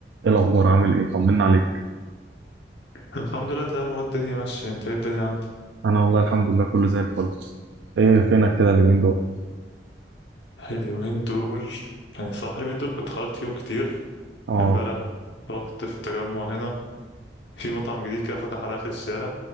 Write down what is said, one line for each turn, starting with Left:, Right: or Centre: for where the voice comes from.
Right: ايه الاخبار عامل ايه طمنا عليك
Left: الحمد لله تمام هو الدنيا ماشية انت ايه الدنيا عندك
Right: انا والله الحمد لله كله زي الفل ايه فينك كده اليومين دول
Left: اليومين دول يعني صراحة اليومين دول كنت خرجت فيهم كتير
Right: اه
Left: امبارح رحت في التجمع هنا في مطعم جديد كده فتح على آخر الشارع